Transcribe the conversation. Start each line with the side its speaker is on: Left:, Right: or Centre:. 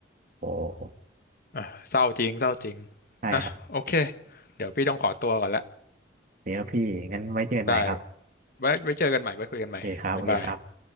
Right: โอ้
Left: อ่ะเศร้าจริงเศร้าจริง
Right: ใช่ครับ
Left: อ่ะโอเคเดี๋ยวพี่ต้องขอตัวก่อนละ
Right: โอเดี๋ยวพี่งั้นไว้เจอกันใหม่ครับ
Left: ได้ไว้ไว้เจอกันใหม่ไว้คุยกันใหม่บ๊ายบาย
Right: โอเคครับโอเคครับ